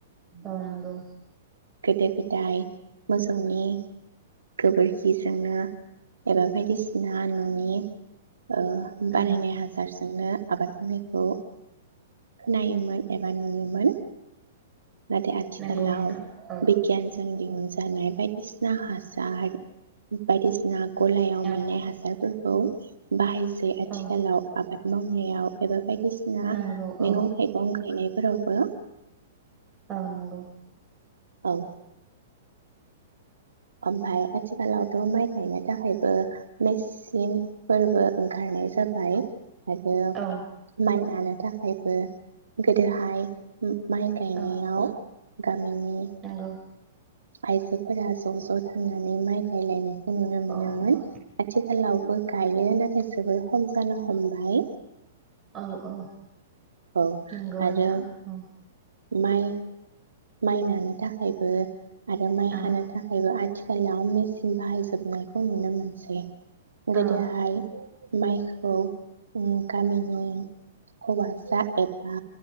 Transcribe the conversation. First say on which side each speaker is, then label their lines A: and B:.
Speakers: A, on the right; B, on the right.
A: औ नंगौ।
B: गोदो गोदाय मोसौनि गोबोरखिजोंनो एबा बायदिसिना न'नि ओ बानायनाय
A: उम
B: हासार जोंनो आबाद मावनायखौ खोनायोमोन। मानियोमोन। नाथाय आथिखालाव
A: नंगौ नोंथां औ
B: बिगियानजों दिहुन जानाय बायदिसिना हासार जार बायदिसिना <unintelligible> गलायाव
A: औ
B: मोननाय हासारबो औ बाहायसै जे आथिखालाव
A: औ
B: आबाद मावनायाव एबा बायदिसिना
A: नंगौ
B: मैगं
A: औ
B: थाइगं गायनाय फोरावबो
A: औ नंगौ।
B: औ ओमफाय आथिखालावथ' माइ गायनो थाखायबो मेचनफोरबो ओंखारनाय जाबाय। आरो
A: औ
B: माइनानो थाखायबो गोदोहाय माइ गायनायाव
A: औ
B: गामिनि
A: नंगौ
B: आइजोफोरा ज' ज' थांनानै माइ गायलायनाय। खौ नुनो मोनोमोन
A: औ नोंथां
B: आथिखालाव बो गायो नाथाय जोबोर खम जानो हमबाय।
A: औ औ
B: औ
A: नोंगौ
B: आरो
A: नोंथां औ।
B: माइ माइ नानो थाखायबो आरो माइ
A: औ
B: हानो थाखायबो आथि खालाव मेचिन बाहायजोबनायखौ नुनो मोनसै। गोदो
A: औ
B: हाय माइखौ गामिनि हौवासा एबा